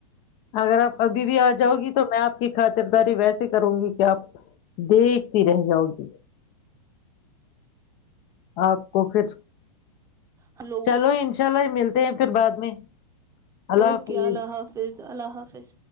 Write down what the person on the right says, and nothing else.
ہلو
اوکے
اللہ حافظ اللہ حافظ